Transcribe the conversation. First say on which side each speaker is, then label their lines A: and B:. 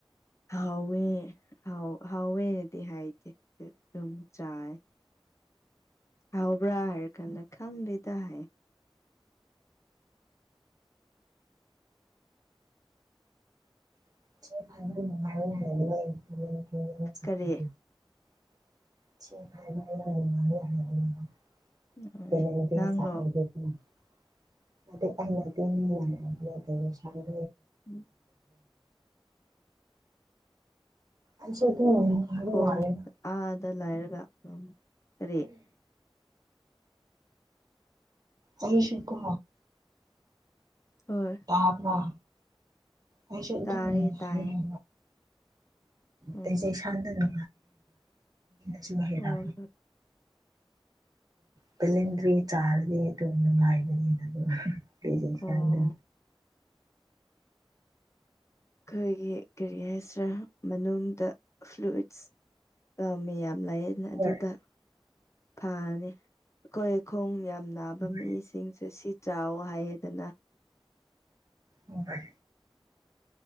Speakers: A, on the left; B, on the right.
A: ꯍꯋꯦ ꯍꯋꯦꯅꯗꯤ ꯍꯥꯏꯗ ꯑꯗꯨꯝ ꯆꯥꯏ ꯍꯥꯎꯕ꯭ꯔꯥ ꯍꯥꯏꯔ ꯀꯥꯟꯗ ꯈꯪꯗꯦ ꯇ ꯍꯥꯏ
B: ꯉ ꯍꯥꯏ
A: ꯀꯔꯤ
B: <unintelligible> ꯄꯦꯅꯦꯜꯇꯤ
A: ꯎꯝ ꯅꯪꯔꯣ
B: ꯆꯥꯔꯤꯗꯨꯗꯤ <unintelligible>
A: ꯎꯝ
B: ꯑꯁ ꯑꯗꯨꯃꯥꯏꯅ
A: ꯃꯈꯣꯟ
B: ꯍꯥꯏꯕꯃꯥꯟꯂꯤꯗ
A: ꯑꯥꯗ ꯂꯩꯔꯒ ꯎꯝ ꯀꯔꯤ
B: ꯑꯩꯁꯨ ꯀꯣ
A: ꯍꯣꯏ
B: ꯇꯥꯄꯔꯥ ꯑꯩꯁꯨ ꯑꯗꯨꯝ
A: ꯇꯥꯏꯌꯦ
B: ꯅꯨꯉꯥꯏꯌꯦ
A: ꯇꯥꯏꯌꯦ ꯎꯝ
B: ꯇꯁꯦ ꯁꯥꯟꯗ ꯅ ꯁꯨ ꯍꯥꯏꯔ
A: ꯍꯣꯏ
B: ꯕꯦꯂꯦꯟꯗꯔꯤ ꯆꯥꯔꯗꯤ ꯇ ꯅꯨꯉꯥꯏꯕꯅꯤꯗꯅ ꯄꯔꯖꯦꯟꯁꯇꯥꯏꯟꯗ
A: ꯍꯣꯏ ꯑꯣ ꯑꯣ ꯑꯩꯈꯣꯏꯒꯤ ꯀꯔꯤ ꯍꯥꯏꯁꯤꯔꯥ ꯃꯅꯨꯡꯗ ꯐ꯭ꯂꯨꯏꯠꯁ ꯑ ꯃꯌꯥꯝ ꯂꯩ ꯑꯗꯨꯗ
B: ꯍꯣꯏ
A: ꯐꯅꯤ ꯑꯩꯈꯣꯏ ꯈꯣꯡ ꯌꯥꯝ ꯅꯥꯕ
B: ꯍꯣꯏ
A: ꯃꯤꯁꯤꯡꯁꯦ ꯁꯤ ꯆꯥꯎꯋꯣ ꯍꯥꯏꯌꯦꯗꯅ
B: ꯍꯣꯏ